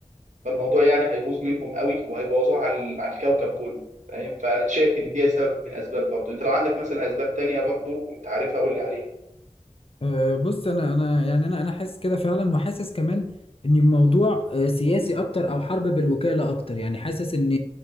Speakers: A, on the right; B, on the left.
A: فالموضوع يعني هيبوظ منهم قوي وهيبوظوه على ال- على الكوكب كله فاهم فانا شايف ان دي سبب من اسباب برضه انت لو عندك مثلا اسباب تانية برضه انت عارفها قول لي عليها
B: أه، بص انا انا يعني انا انا حاسس كده فعلا وحاسس كمان ان الموضوع أه، سياسي اكتر او حرب بالوكاله اكتر يعني حاسس ان